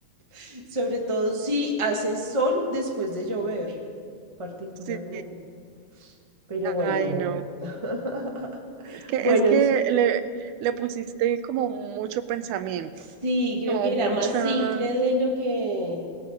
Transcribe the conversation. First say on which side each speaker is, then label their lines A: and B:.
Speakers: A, on the right (about 20°); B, on the right (about 80°).
A: <laughs> Sobre todo si hace sol después de llover, particularmente.
B: sí.
A: Pero bueno,
B: Ay,
A: bueno.
B: no.
A: <laughs>
B: Es que,
A: Bueno,
B: es que le, le pusiste como mucho pensamiento,
A: Sí, creo
B: como
A: que era
B: mucha...
A: más simple de lo que